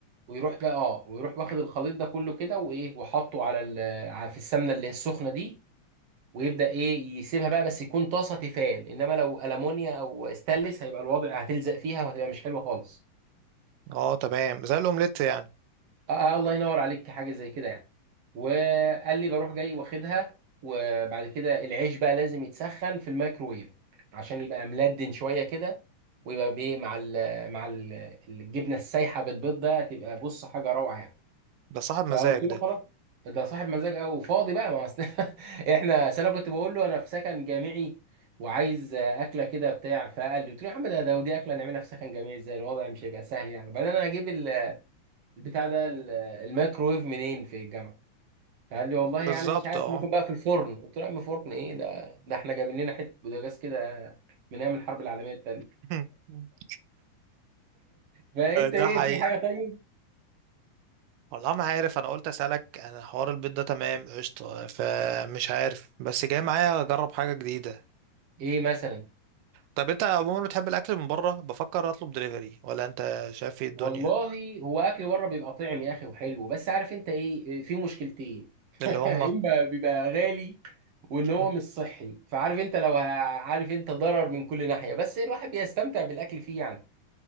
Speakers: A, on the right (about 50°); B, on the right (about 80°).
A: ويروح بقى اه ويروح واخد الخليط ده كله كده وايه وحطه على ال- آه، ع- في السمنه اللي هي السخنه دي ويبدا ايه يسيبها بقى بس يكون طاسه تيفال انما لو المونيا او استانلس هيبقى الوضع هتلزق فيها وهتبقى مش حلوه خالص
B: اه تمام زي الاومليت يعني
A: آه آه، الله ينور عليك حاجه زي كده يعني وقال لي بروح جاي واخدها وبعد كده العيش بقى لازم يتسخن في الميكروويف عشان يبقى ملدن شويه كده ويبقى بايه مع ال مع ال الجبنه السايحه بالبيض ده تبقى بص حاجه روعه يعني
B: ده صاحب
A: فقلت
B: مزاج
A: له
B: ده
A: خلاص ده صاحب مزاج قوي وفاضي بقى ما أصل <laughs> احنا أصل انا كنت بقول له انا في سكن جامعي وعايز اكله كده بتاع فقال لي قلت له يا عم ده ده ودي اكله نعملها في سكن جامعي ازاي الوضع مش هيبقى سهل يعني وبعدين انا هجيب البتاع ده ال- الميكروويف منين في الجامعه فقال لي والله يعني
B: بالظبط
A: مش عارف
B: اه
A: ممكن بقى في الفرن قلت له يا عم فرن ايه ده ده احنا جايبين لنا حته بوتاجاز كده من ايام الحرب العالميه الثانيه
B: <laughs>
A: فانت ايه
B: ده حقيقي
A: في حاجه طيب
B: والله ما عارف انا قلت اسالك انا حوار البيض ده تمام قشطه فمش عارف بس جاي معايا اجرب حاجه جديده
A: ايه مثلا
B: طب انت عموما بتحب الاكل من بره بفكر اطلب دليفري ولا انت شايف ايه الدنيا
A: والله هو اكل بره بيبقى طعم يا اخي وحلو بس عارف انت ايه في مشكلتين
B: اللي
A: <laughs>
B: هما
A: اما بيبقى غالي وان هو
B: مم.
A: مش صحي فعارف انت لو ه- عارف انت ضرر من كل ناحيه بس الواحد بيستمتع بالاكل فيه يعني